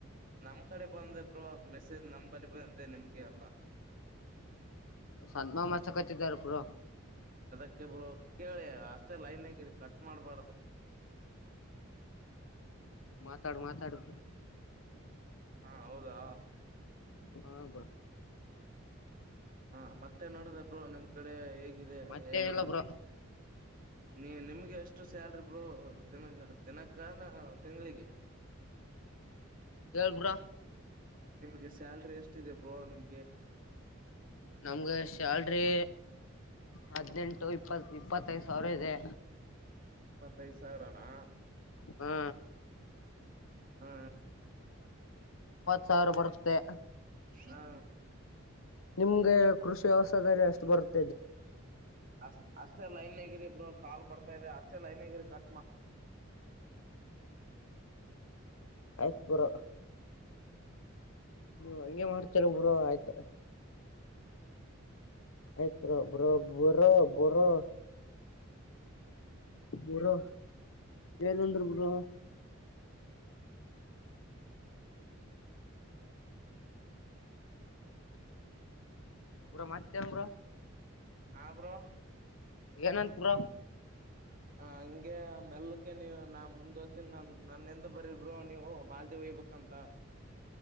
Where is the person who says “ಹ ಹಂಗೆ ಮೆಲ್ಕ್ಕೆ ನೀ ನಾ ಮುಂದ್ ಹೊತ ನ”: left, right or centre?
Right